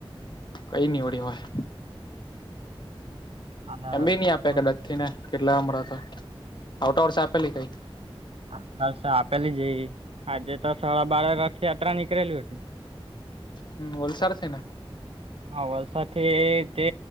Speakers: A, on the left (about 50°); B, on the right (about 85°).
A: કઈ નની ઓળ હોય
B: આઈતી
A: એમ બી નહી આપે કદાચ થી ને કેટલા હમણા આવતા વર્ષે આપેલી કઈ
B: હા આપેલી જ આજે તો સડા બાર રથયાત્રા નીકળેલી હતી.
A: હમ વલસાડ થી ને
B: હા વલસાડ તે તે